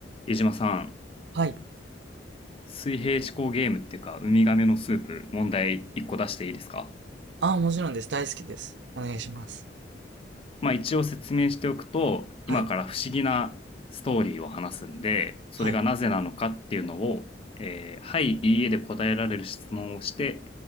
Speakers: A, on the left (about 30°); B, on the right (about 70°).
A: 江島さん、
B: はい。
A: 水平思考ゲームっていうか、ウミガメのスープ、問題1個出していいですか
B: ああ、もちろんです。大好きです。お願いします。
A: まあ一応説明しておくと、
B: はい。
A: 今から不思議なストーリーを話すんで、それがなぜなのかっていうのを、
B: はい。
A: えーはい、いいえで答えられる質問をして、